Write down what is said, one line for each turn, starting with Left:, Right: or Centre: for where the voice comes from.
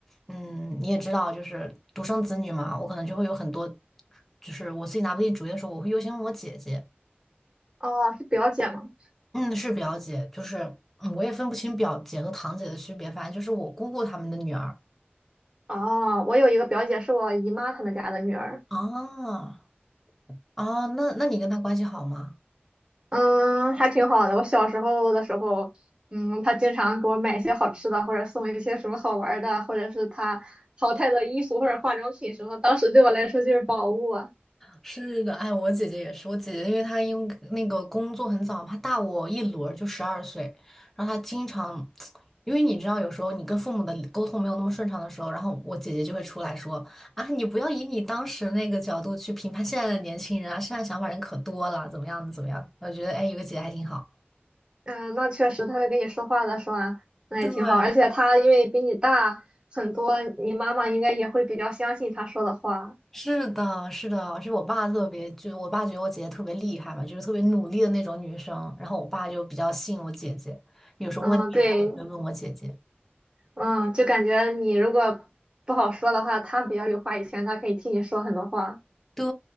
Centre: 嗯，你也知道，就是独生子女嘛，我可能就会有很多，就是我自己拿不定主意的时候，我会优先问我姐姐。
Right: 哦，是表姐吗？
Centre: 嗯，是表姐，就是嗯，我也分不清表姐和堂姐的区别，反正就是我姑姑她们的女儿。
Right: 哦，我有一个表姐是我姨妈他们家的女儿，
Centre: 啊啊，那那你跟她关系好吗？
Right: 嗯，还挺好的。我小时候的时候，嗯，她经常给我买一些好吃的，或者送一些什么好玩儿的，或者是她淘汰的衣服或者化妆品什么，当时对我来说就是宝物啊。
Centre: 是的，哎，我姐姐也是，我姐姐因为她因为那个工作很早，她大我一轮儿就十二岁，然后她经常，<tsk> 因为你知道，有时候你跟父母的沟通没有那么顺畅的时候，然后我姐姐就会出来说啊，你不要以你当时那个角度去评判现在的年轻人啊，现在想法人可多了，怎么样怎么样？我觉得哎，有个姐姐还挺好。
Right: 嗯，那确实，她会跟你说话的时候啊，那也挺好。
Centre: 对，
Right: 而且她因为比你大很多，你妈妈应该也会比较相信她说的话。
Centre: 是的，是的，而且我爸特别，就我爸觉得我姐姐特别厉害嘛，就是特别努力的那种女生，然后我爸就比较信我姐姐，有什么问题他也会问我姐姐。
Right: 嗯，对，嗯，就感觉你如果不好说的话，他比较有话语权，他可以替你说很多话
Centre: 对，